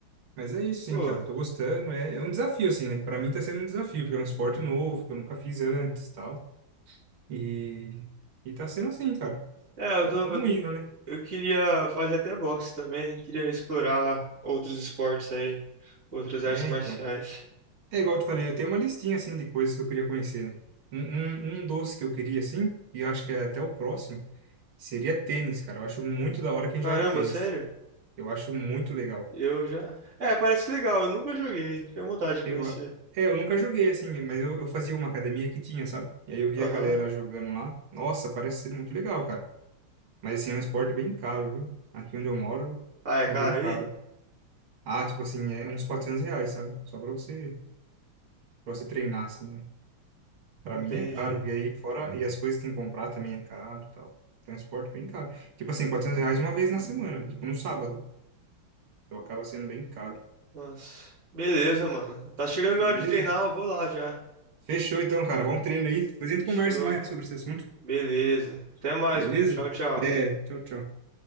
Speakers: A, on the right (about 70°); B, on the right (about 35°).
A: Mas é isso,
B: Pô,
A: sim, cara. Tô gostando. É, é um desafio, assim, né? Pra mim tá sendo um desafio, porque é um esporte novo, que eu nunca fiz antes e tal. E, e tá sendo assim, cara.
B: é, eu
A: Então,
B: tô.
A: Tamo
B: Eu,
A: indo, né?
B: eu queria fazer até boxe também. Queria explorar outros esportes aí, outras
A: É,
B: artes marciais.
A: então. É igual eu te falei, eu tenho uma listinha, assim, de coisas que eu queria conhecer, né? Um, um, um doce que eu queria, assim, e eu acho que é até o próximo, seria tênis, cara. Eu acho muito da hora quem
B: Caramba,
A: joga tênis.
B: sério?
A: Eu acho muito legal.
B: Eu já. É, parece legal. Eu nunca joguei. Tenho vontade de
A: Eu,
B: conhecer.
A: a- é, eu nunca joguei, assim, mas eu, eu fazia uma academia que tinha, sabe? E aí eu via
B: Aham.
A: a galera jogando lá. Nossa, parece ser muito legal, cara. Mas assim, é um esporte bem caro, viu? Aqui onde eu moro
B: Ah, é
A: é
B: cara
A: bem caro.
B: aí?
A: Ah, tipo assim, é uns 400 reais, sabe? Só pra você, pra você treinar, assim, né? Pra
B: Entendi.
A: mim é caro, e aí fora, e as coisas que tem que comprar também é caro e tal. Então é um esporte bem caro. Tipo assim, 400 reais uma vez na semana, tipo no sábado. Então acaba sendo bem caro.
B: Nossa. Beleza, mano. Tá chegando minha
A: Beleza?
B: hora de treinar, eu vou lá já.
A: Fechou então, cara. Bom treino aí. Depois a gente
B: Fechou.
A: conversa mais sobre esse assunto.
B: Beleza. Até mais,
A: Beleza?
B: mano. Tchau, tchau.
A: É, tchau, tchau.